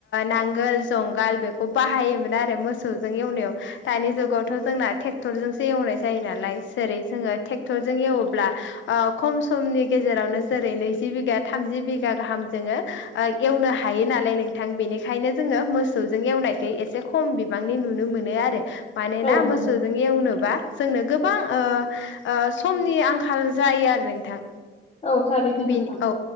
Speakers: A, on the left (about 70°); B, on the left (about 30°).
A: नांगोल जुंगाल बेखौ बाहायोमोन आरो मोसौजों एवनायाव दानि जुगावथ' जोंनाे ट्रेक्टरजोंसो एवनाय जायो नालाय जेरै जोङो ट्रेक्टरजों एवोब्ला खम समनि गेजेरावनो जेरै नैजि बिघा थामजि बिघा गाहाम जोङो एवनो हायो नालाय नों थां बेनिखायनो जोङो मोसौजों एवनायखौ एसे खम बिबांनि नुनो मोनो आरो माने
B: औ
A: ना
B: नंगौ
A: मोसौजों एवनोबा जोंनो गोबां समनि आंखाल जायो आरो नोंथां
B: औ थारैनो
A: बे
B: नोंथां
A: औ